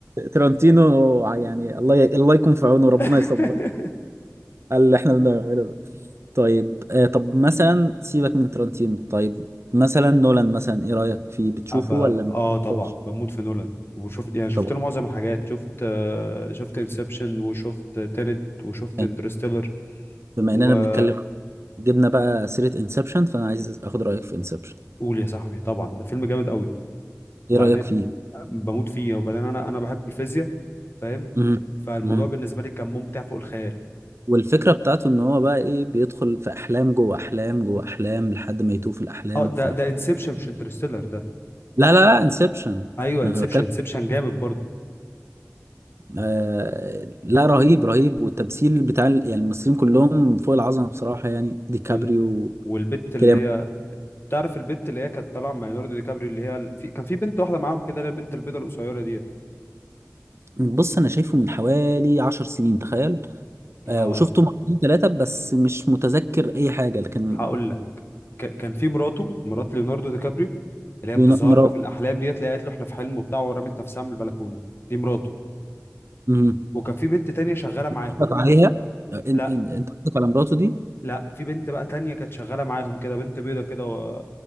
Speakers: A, on the right; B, on the left.
A: ترنتينو يعني الله ي... الله يكون في عونه ربنا
B: <laughs>
A: يصبر على اللي احنا بنعمله ده طيب آه طب مثلا سيبك من ترنتينو طيب مثلا نولان مثلا ايه رأيك فيه بتشوفه
B: أبقى
A: ولا ما
B: اه طبعا
A: بتشوفوش؟
B: بموت في نولان وشفت يعني شفت
A: طب
B: له معظم الحاجات شفت آه، شفت انسبشن وشفت تينت وشفت
A: إيه؟
B: انترستيلر
A: بما
B: وقول
A: اننا بنتكلم جبنا بقى سيرة انسبشن فانا عايز اخد رأيك في انسبشن
B: يا صاحبي طبعا ده فيلم جامد قوي وبعدين
A: ايه رأيك فيه
B: بموت فيه وبعدين انا انا بحب الفيزياء فاهم
A: مم.
B: فالموضوع
A: مم.
B: بالنسبه لي كان ممتع فوق الخيال
A: والفكرة بتاعته ان هو بقى ايه بيدخل في احلام جوه احلام جوه احلام لحد ما يتوه في الاحلام
B: اه ده
A: ف
B: ده انسبشن مش انترستيلر ده
A: لا لا لا انسبشن
B: ايوه
A: انا
B: انسبشن
A: بتكلم
B: انسبشن جامد برضو
A: آه لا رهيب رهيب والتمثيل بتاع ال- يعني الممثلين كلهم فوق العظمه بصراحه يعني ديكابريو
B: لل... والبت اللي
A: كده
B: هي تعرف البت اللي هي كانت طالعه مع ليوناردو دي كابريو اللي هي ال- في... كان في بنت واحده معاهم كده اللي هي البنت البيضه القصيره ديت
A: بص انا شايفه من حوالي عشر سنين تخيل
B: يا
A: آه وشفته مرتين ثلاثه بس مش متذكر اي حاجه لكن
B: هقول لك ك- كان في مراته مرات ليوناردو دي كابريو اللي هي بتظهر
A: ين- مرات
B: له في الاحلام ديت اللي هي قالت له احنا في حلم وبتاع ورمت نفسها من البلكونه دي مراته
A: مم.
B: وكان في بنت تانية شغاله معاهم
A: قصدك عليها آه، إن- إن-
B: لا
A: انت قصدك على مراته دي
B: لا في بنت بقى تانية كانت شغاله معاهم كده بنت بيضه كده و...